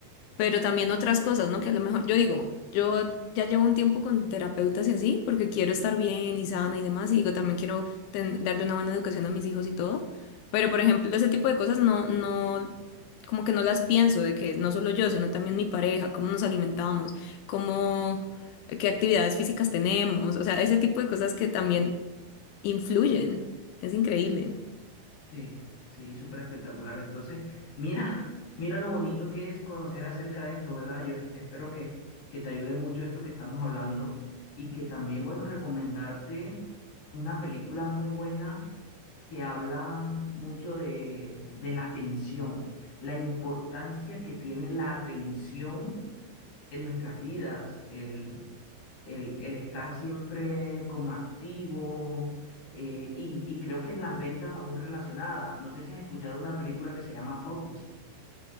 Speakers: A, on the left; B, on the left.
A: pero también otras cosas, ¿no? Que a lo mejor, yo digo, yo ya llevo un tiempo con terapeutas y así, porque quiero estar bien y sana y demás, y digo, también quiero ten- darle una buena educación a mis hijos y todo, pero por ejemplo, ese tipo de cosas no, no, como que no las pienso, de que no solo yo, sino también mi pareja, cómo nos alimentamos, cómo, qué actividades físicas tenemos, o sea, ese tipo de cosas que también influyen, es increíble.
B: Sí, sí, súper espectacular. Entonces, mira, <laughs> mira lo bonito que es conocer acerca de esto, ¿verdad? Yo espero que, que te ayude mucho esto que estamos hablando y que también, bueno, recomendarte una película muy buena que habla mucho de, de la atención, la importancia que tiene la atención en nuestras vidas, el, el, el estar siempre como activo eh, y, y creo que en las ventas va muy relacionada. No sé si has escuchado una película que se llama Focus.